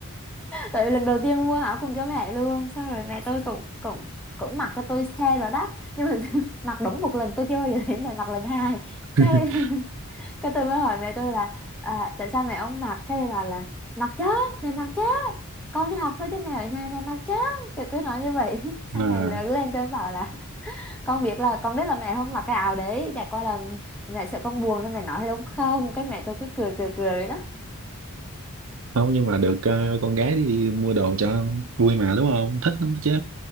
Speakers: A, in the centre; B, on the right.
A: Tại lần đầu tiên mua áo cùng cho mẹ luôn Xong rồi mẹ tôi cũng cũng cũng mặc cho tôi xe rồi đó Nhưng mà <laughs> mặc đúng một lần tôi chưa bao giờ thấy mẹ mặc lần hai Cái
B: <laughs>
A: <laughs> cái tôi mới hỏi mẹ tôi là à, Tại sao mẹ không mặc Cái mẹ bảo là mặc chứ mẹ mặc chứ Con đi học thôi chứ mẹ ở nhà mẹ mặc chứ Kiểu cứ nói như vậy <laughs> Sau
B: à,
A: này lớn lên tôi bảo là Con biết là con biết là mẹ không mặc cái áo đấy Chả qua là mẹ sợ con buồn nên mẹ nói thế đúng không Cái mẹ tôi cứ cười cười cười đó
B: không, nhưng mà được ờ, con gái đi mua đồ cho vui mà đúng không? Thích lắm chứ.